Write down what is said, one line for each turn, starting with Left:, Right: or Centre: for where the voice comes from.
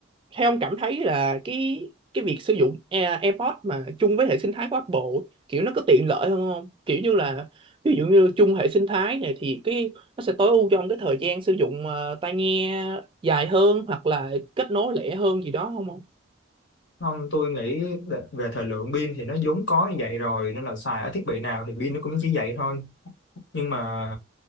Right: theo ông cảm thấy là cái cái việc sử dụng Air- AirPods mà chung với hệ sinh thái của Apple kiểu nó có tiện lợi hơn không? Kiểu như là ví dụ như chung hệ sinh thái này thì cái nó sẽ tối ưu cho ông cái thời gian sử dụng ờ, tai nghe dài hơn hoặc là kết nối lẻ hơn gì đó không?
Left: không tôi nghĩ về về thời lượng pin thì nó vốn có như vậy rồi nên là xài ở thiết bị nào thì pin nó cũng chỉ vậy thôi nhưng mà